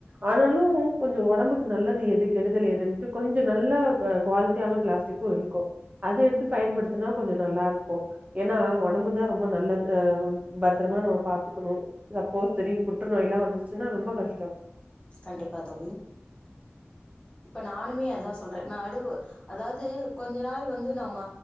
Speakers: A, on the right; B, on the left.
A: ஆனாலு கொஞ்ச ஒடம்புக்கு நல்லது எது கெடுதல் எது கொஞ்ச நல்லா குவால்ட்டியான ப்ளாஸ்டிக்கு இருக்கு அத எடுத்து பயன்படுத்துனா கொஞ்ச நல்லாரு கோ ஏன்னா ஒடம்புதா ரொம்ப நல்லத் பத்ரமா நம்ம பாத்துக்குணு திடீன் புற்றுநோய்லா வந்துர்ச்சுனா ரொம்ப கஷ்
B: கண்டிப்பா தோழி இப்ப நானுமே அதா சொல்ற நடுவு அதாவ்து கொஞ்ச நாள் வந்து நம்ம